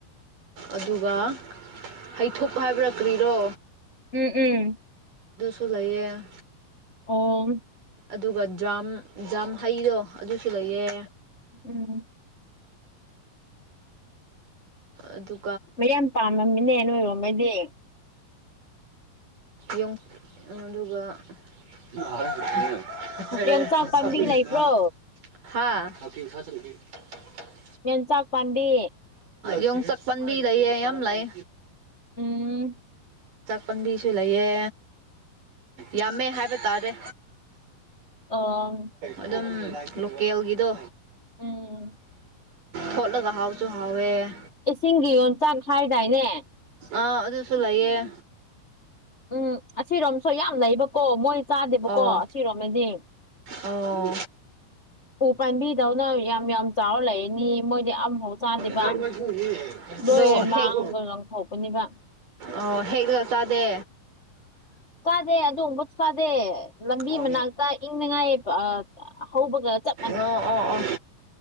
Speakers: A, on the right; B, on the left.
A: ꯑꯗꯨꯒ ꯍꯩꯊꯨꯞ ꯍꯥꯏꯕꯔꯛ ꯀ꯭ꯔꯤꯔꯣ
B: ꯎꯝ ꯎꯝ
A: ꯁ ꯂꯩꯌꯦ
B: ꯑꯣ
A: ꯑꯗꯨꯒ ꯖ꯭ꯔꯥꯝ ꯖ꯭ꯔꯥꯝ ꯍꯩꯗꯣ ꯑꯗꯨꯁꯨ ꯂꯩꯌꯦ
B: ꯎꯝ
A: ꯑꯗꯨ
B: ꯃꯌꯥꯝ ꯄꯥꯝꯃꯝꯃꯤꯅꯦ ꯅꯣꯏꯔꯣꯝꯒꯩꯗꯤ
A: ꯌ ꯑꯗꯨꯒ <unintelligible>
B: ꯌꯣꯡꯆꯥꯛ ꯄꯥꯝꯕꯤ ꯂꯩꯕ꯭ꯔꯣ ꯃꯟ ꯆꯥꯛ ꯄꯝꯕ
A: ꯌꯁꯛꯄꯟꯕꯤ ꯂꯩꯌꯦ ꯌꯥꯝ ꯂꯩ
B: ꯎꯝ
A: ꯄꯥꯝꯕꯤꯁꯨ ꯂꯩꯌꯦ ꯌꯥꯝꯃꯦ ꯍꯥꯏꯕ ꯇꯥꯔꯦ
B: ꯑꯣ
A: ꯑꯗꯨꯝ ꯂꯣꯀꯦꯜꯒꯤꯗꯣ
B: ꯎꯝ
A: ꯊꯣꯠꯂꯒ ꯍꯥꯎꯁꯨ ꯍꯋꯦ
B: ꯏꯁꯤꯡꯒꯤ ꯌꯣꯟꯆꯥꯛ ꯍꯥꯏꯥꯏꯗꯥꯏꯅꯦ
A: ꯑꯥ ꯑꯗꯨꯁꯨ ꯂꯩꯌꯦꯦ
B: ꯎꯝ ꯑꯁꯤꯔꯣꯝꯁꯨ ꯌꯥꯝ ꯂꯩꯕꯀꯣ ꯃꯣꯏ ꯆꯥꯗꯦꯕꯀꯣ
A: ꯑꯣ
B: ꯑꯁꯤꯔꯣꯝꯅꯗꯤ
A: ꯑꯣ
B: ꯎ ꯄꯥꯝꯕꯤꯗꯧꯅ ꯌꯥꯝ ꯌꯥꯝ ꯆꯥꯎꯔ ꯂꯩꯔꯅꯤ ꯃꯣꯏꯗꯤ ꯑꯝꯐꯥꯎ ꯆꯥꯗꯦꯕ
A: ꯔ ꯑꯗꯣ
B: ꯂꯣꯏ
A: ꯍꯦꯛ
B: ꯃꯥꯡꯕ ꯂꯪꯊꯣꯛꯄꯅꯦꯕ
A: ꯑꯣ ꯍꯦꯛ ꯂꯒ ꯆꯥꯗꯦ
B: ꯆꯥꯗꯦ ꯑꯗꯨꯒꯨꯝꯕꯁꯨ ꯆꯥꯗꯦ ꯂꯝꯕꯤ
A: ꯑꯣ
B: ꯃꯅꯥꯛꯇ ꯏꯪꯅꯤꯉꯥꯏ ꯍꯧꯕꯒ ꯆ
A: ꯑꯣ ꯑꯣ ꯑꯣ